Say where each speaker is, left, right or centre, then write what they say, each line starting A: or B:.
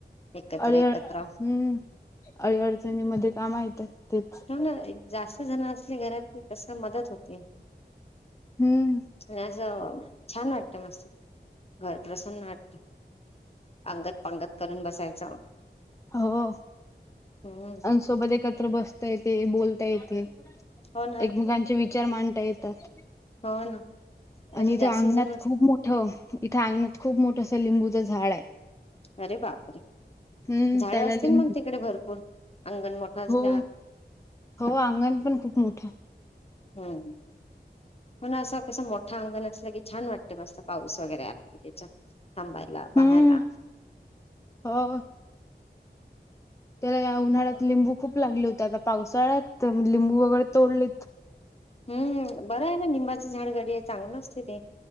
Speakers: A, on the left; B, on the left.
A: एकत्र
B: अळ
A: एकत्र
B: हम्म अळी अडचणी मध्ये कामा येतात. तेच
A: हो ना जास्त जण असले घरात की कसं मदत होते.
B: हम्म
A: आणि असं छान वाटत मस्त. घर प्रसन्न वाटत. अंगत पंगत करून बसायचं.
B: हो
A: हम्म
B: आणि सोबत एकत्र बसता येते बोलता येते.
A: हो ना
B: एकमेकांचे विचार मांडता येतात.
A: हो ना
B: आणि
A: अरे
B: इथं
A: जास्त
B: अंगणात
A: जण
B: खूप मोठं इथे अंगणात खूप मोठं असं लिंबूचं झाड आहे.
A: अरे बापरे!
B: हम्म,
A: झाडं
B: त्याला
A: असतील
B: लिंबू
A: मग तिकडे भरपूर. अंगण मोठं असल्या
B: हो हो अंगण पण खूप मोठं आहे.
A: हम्म पण असं कसं मोठं अंगण अस ल की छान वाटते मस्त पाऊस वगैरे आलं की त्याच्यात थांबायला पाहायला.
B: हम्म, हो. त्याला या उन्हाळ्यात लिंबू खूप लागले होते आता पावसाळ्यात लिंबू वगैरे तोडलेत.
A: हम्म बरं आहे ना निंबाचं झाड घरी चांगलं असते ते.